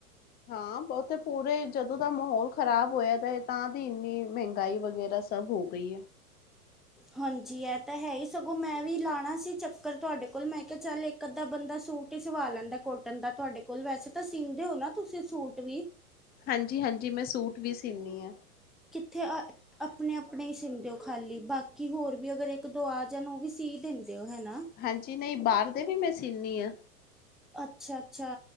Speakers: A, on the left; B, in the centre.
A: ਹਾਂ ਉੱਥੇ ਪੂਰੇ ਜਦੋਂ ਦਾ ਮਾਹੌਲ ਖ਼ਰਾਬ ਹੋਇਆ, ਤੇ ਤਾਂ ਦੀ ਇੰਨੀ ਮਹਿੰਗਾਈ ਵਗੈਰਾ ਸਭ ਹੋ ਗਈ ਹੈ।
B: ਹਾਂਜੀ, ਇਹ ਤਾਂ ਹੈ ਹੀ ਸਗੋਂ ਮੈਂ ਵੀ ਲਾਣਾ ਸੀ ਚੱਕਰ ਤੁਹਾਡੇ ਕੋਲ ਮੈਂ ਕਿਹਾ ਚੱਲ ਇੱਕ ਅੱਧਾ ਬੰਦਾ ਸੂਟ ਹੀ ਸਵਾ ਲੈਂਦਾ ਕੋਟਨ ਦਾ ਤੁਹਾਡੇ ਕੋਲ ਵੈਸੇ ਤਾਂ ਸੀਂਦੇ ਹੋ ਨਾ ਤੁਸੀਂ ਸੂਟ ਵੀ।
A: ਹਾਂਜੀ-ਹਾਂਜੀ ਮੈਂ ਸੂਟ ਵੀ ਸੀਨੀ ਆ
B: ਕਿੱਥੇ ਅ ਆਪਣੇ-ਆਪਣੇ ਹੀ ਸੀਂਦੇ ਹੋ ਖਾਲੀ ਬਾਕੀ ਹੋਰ ਵੀ ਅਗਰ ਇੱਕ ਦੋ ਆ ਜਾਨ ਉਹ ਵੀ ਸੀ ਦਿੰਦੇ। ਹੋ ਹਨਾ
A: ਹਾਂਜੀ, ਨਹੀਂ ਬਾਹਰ ਦੇ ਵੀ ਮੈਂ ਸੀਨੀ ਆ।
B: ਅੱਛਾ-ਅੱਛਾ